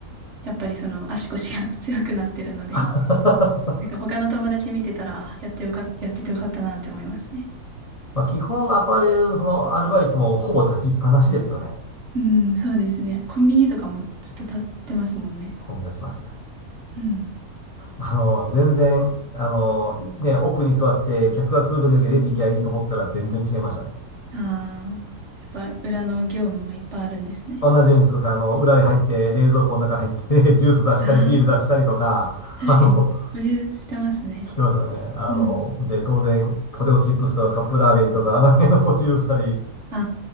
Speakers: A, on the right; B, on the left.
A: やっぱりその足腰が <laughs> 強くなってるので、
B: <laughs>
A: なんか他の友達見てたら、あ、やってよかった、やっててよかったなって思いますね。
B: まあ、基本アパレルのそのアルバイトもほぼ立ちっぱなしですよね。
A: うん、そうですね。コンビニとかもずっと立ってますもんね。
B: ほぼ立ちっぱなしです。
A: うん。
B: あの、全然、あの、ね、奥に座って客が来る時だけレジ行きゃいいと思ったら全然違いましたね。
A: ああ、やっぱ裏の業務もいっぱいあるんですね。
B: 同じようにそうですね。あの、裏に入って、冷蔵庫の中入って <laughs> ジュース出したり、
A: ああ、
B: ビール出したりとか、
A: 確かに補充してますね。
B: あの、してますよね。あの、
A: うん。
B: で、当然、ポテトチップスとかカップラーメンとか、あの辺の補充をしたり、
A: あ